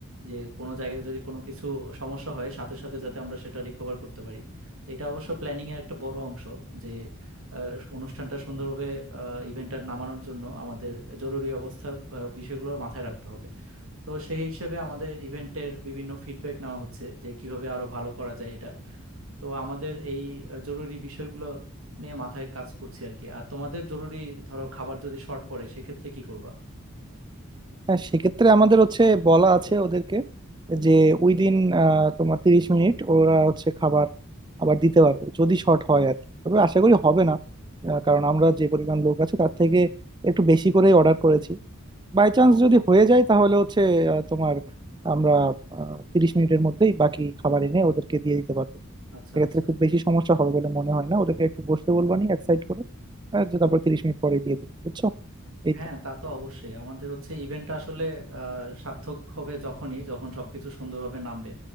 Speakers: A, on the right; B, on the right.
A: যে কোনো জায়গায় যদি কোনো কিছু সমস্যা হয় সাথে সাথে যাতে আমরা সেটা রিকভার করতে পারি তো এটা অবশ্য প্ল্যানিং এর একটা বড় অংশ যে আহ, অনুষ্ঠানটা সুন্দরভাবে ইভেন্টটা নামানোর জন্য আমাদের জরুরি অবস্থার আহ, বিষয়গুলো মাথায় রাখতে হবে তো সেই হিসেবে আমাদের ইভেন্টের বিভিন্ন ফিডব্যাক নেওয়া হচ্ছে যে কিভাবে আরো ভালো করা যায় এটা তো আমাদের এই আহ, জরুরি বিষয়গুলো নিয়ে মাথায় কাজ করছি আর কি আর তোমাদের জরুরি ধরো খাবার যদি শর্ট পড়ে সেক্ষেত্রে কি করবা
B: হ্যাঁ সেক্ষেত্রে আমাদের হচ্ছে বলা আছে ওদেরকে যে ওই দিন আহ, তোমার তিরিশ মিনিট ওরা হচ্ছে খাবার আবার দিতে পারবে যদি শর্ট হয় আর কি। তবে আশা করি হবে না আহ, কারণ আমরা যে পরিমাণ লোক আছে তার থেকে একটু বেশি করেই অর্ডার করেছি বাই চান্স যদি হয়ে যায় তাহলে হচ্ছে আহ, তোমার আমরা তিরিশ মিনিটের মধ্যেই বাকি খাবার এনে ওদেরকে দিয়ে দিতে পারবো
A: আচ্ছা
B: সেক্ষেত্রে
A: আচ্ছা
B: খুব বেশি সমস্যা হবে বলে মনে হয় না ওদেরকে একটু বসতে বলবানি এক সাইড করে আহ, যে তারপর তিরিশ মিনিট পরে দিয়ে দিলাম বুঝছো এই
A: হ্যাঁ
B: তো
A: তা তো অবশ্যই আমাদের হচ্ছে ইভেন্টটা আসলে আহ, সার্থক হবে যখনই যখন সবকিছু সুন্দরভাবে নামবে